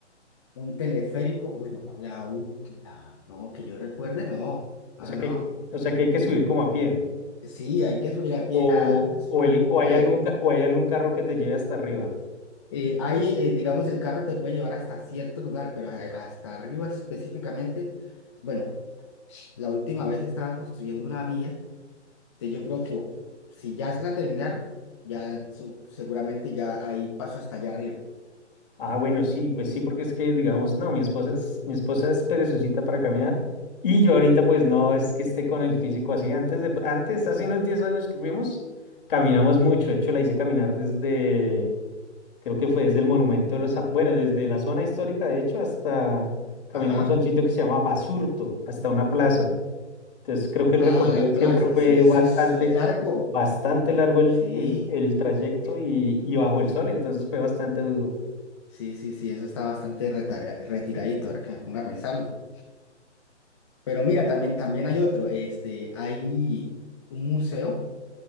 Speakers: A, on the left; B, on the left.
A: un teleférico, bueno, la última, no, que yo recuerde, no, ahora
B: O sea
A: no.
B: que hay que, o sea que hay que subir como a pie.
A: Sí, hay que subir a pie,
B: O,
A: nada, entonces
B: o,
A: no
B: el,
A: hay,
B: o
A: no
B: hay
A: hay
B: algún,
A: acto.
B: ca- o hay algún carro que te lleve hasta arriba.
A: Eh, ahí, eh, digamos, el carro te puede llevar hasta cierto lugar, pero a- hasta arriba específicamente, bueno, la última vez estaban construyendo una vía, que yo creo que si ya la terminaron, ya su- seguramente ya ahí paso hasta allá arriba.
B: Ah, bueno, sí, pues sí, porque es que digamos, no, mi esposa es, mi esposa es perezosita para caminar y yo ahorita pues no es que esté con el físico así. Antes de, antes, hace unos 10 años que fuimos, caminamos mucho. De hecho, la hice caminar desde, creo que fue desde el Monumento de los, Zap- bueno, desde la zona histórica, de hecho, hasta, caminamos
A: Ajá.
B: a un sitio que se llama Basurto, hasta una plaza. Entonces, creo que
A: Ah,
B: el recorrido
A: la plaza.
B: siempre fue
A: Sí, eso
B: bastante,
A: es, eso es largo.
B: bastante largo el,
A: Sí,
B: el, el trayecto y, y bajo el sol, entonces fue bastante duro.
A: sí, sí, sí, eso está bastante retarea- retiradito, ahora que me pongo a pensarlo. Pero mira, también, también hay otro. Este, hay un museo